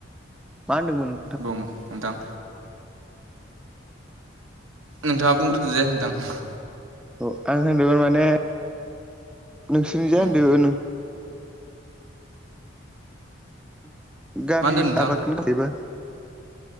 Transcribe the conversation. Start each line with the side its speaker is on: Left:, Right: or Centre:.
Centre: मा होन्दोंमोन?
Right: बुं नोंथां। नोंथाङा बुंग्रोदो दे नोंथां।
Centre: औ आं होनदोंमोन माने नोंसोरनिजाय
Right: उम
Centre: होनदों। गामि
Right: मा होनदों नोंथां
Centre: आबादनि थाखायबो